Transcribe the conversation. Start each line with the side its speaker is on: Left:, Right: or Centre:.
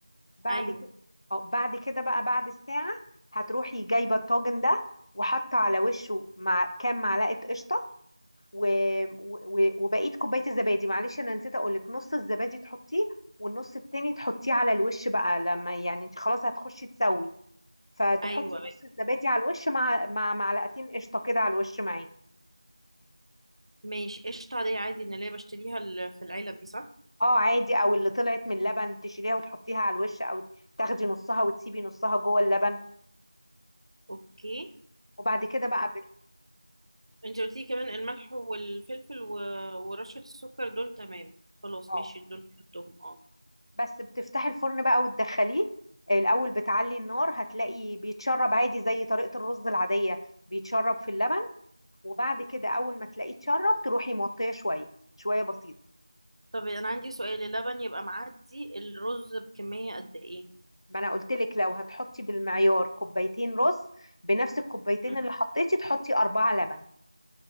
Left: بعد
Right: ايوه
Left: كده اه بعد كده بقى بعد الساعه هتروحي جايبه الطاجن ده وحاطه على وشه مع كام معلقه قشطه و... و... وبقيت كوبايه الزبادي معلش انا نسيت اقول لك نص الزبادي تحطيه والنص التاني تحطيه على الوش بقى لما يعني انت خلاص هتخشي تسوي فتحطي
Right: ايوه ايوه
Left: نص الزبادي على الوش مع مع معلقتين قشطه كده على الوش معاه
Right: ماشي قشطة عادية عادي من اللي هي بشتريها ال- في العلب دي صح
Left: اه عادي او اللي طلعت من اللبن تشيليها وتحطيها على الوش او تاخدي نصها وتسيبي نصها جوه اللبن
Right: اوكي
Left: وبعد كده بقى بت...
Right: انت قلتي كمان الملح والفلفل و... ورشة السكر دول تمام خلاص
Left: اه
Right: ماشي دول كتبتهم اه
Left: بس بتفتحي الفرن بقى وتدخليه الاول بتعلي النار هتلاقي بيتشرب عادي زي طريقة الرز العادية بيتشرب في اللبن وبعد كده اول ما تلاقيه اتشرب تروحي موطيه شوية شوية بسيطة
Right: طب انا عندي سؤال اللبن يبقى معدي الرز بكمية قد ايه
Left: ما انا قلت لك لو هتحطي بالمعيار كوبايتين رز بنفس الكوبايتين
Right: مم.
Left: اللي حطيتي تحطي أربعة لبن